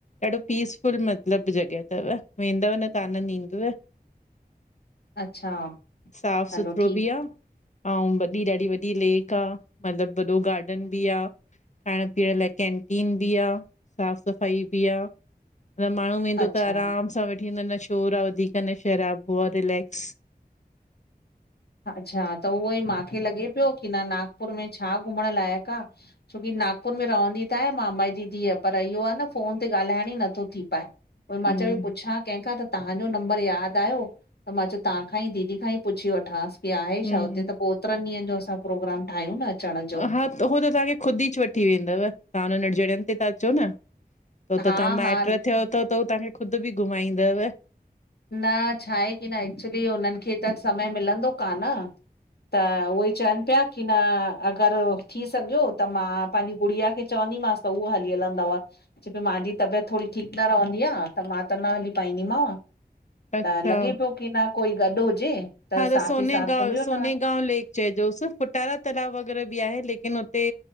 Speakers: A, on the left (about 45°); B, on the left (about 80°).
A: ॾाढो पीसफुल मतलबु जॻहि थव, वेंदव न त आनंद ईंदुव। <unintelligible>
B: अच्छा
A: साफ़
B: हलो
A: सुथरो
B: ठीकु
A: बि आहे अंऊं ब एॾी ॾाढी वॾी लेक आ, मतिलबु वॾो गार्डन बि आ। खाइण पीअण लाइ कैंटीन बि आ, साफ़ सफ़ाई बि आ। न माण्हू वेंदो
B: अच्छा
A: त आराम सां वेठी, न शोर आहे वधीक न शराबो आहे रिलेक्स
B: अच्छा, त उहो ई माखे लॻे पियो की न नागपुर में छा घुमणु लाइक़ु आ? छोकी नागपुर में रहंदी त आहे मामा जी धीअ, पर इहो आहे न फोन ते ॻाल्हाइण ई नथो थी पाए। उई मां
A: हम्म
B: चयो बि पुछां कंहिंखां त तहांजो नंबर यादि आयो, त मां चयो तव्हां खां ई दीदी खां ई पुछी वठांसि। की आहे
A: हम्म
B: शा हुते, त ओतिरनि ॾींहनि जो असां प्रोग्राम ठाहियूं न अचण जो।
A: हा त हु त तव्हांखे खुद ई छुट्टी वेंदव तव्हां हुन एड़ीन जॻायूंन ते ता अचो न हो तव्हां
B: हा
A: माइट्र
B: हा
A: थियो त त हू तव्हांखे ख़ुद बि घुमाईंदव।
B: न छा आहे की न एक्चुली हुननि खे त समय मिलंदो कान त उहे चवन पिया की न अगर थी सघियो त मां पानजी गुड़िया खे चवंदी मांस त उहो हली हलंदव। छो कि मांजी तबियत थोड़ी ठीक न रवंदी आ त मां त न हली पाईंदीमांव।
A: अच्छा
B: त लॻे पियो की न कोई गॾ हुजे।
A: हा त
B: साथ
A: सोने
B: ई साथ
A: गा
B: घुमी वठंदा
A: सोने गां लेक च जोर् फुटारा तालाव वग़ैरह बि आहे लेकिन हुते